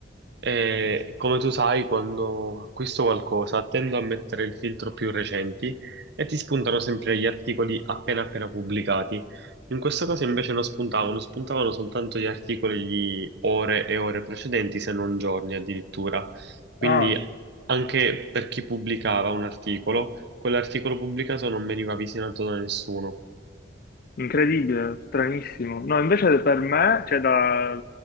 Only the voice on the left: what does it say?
Ah,
incredibile, stranissimo. No, invece per me, cioè da-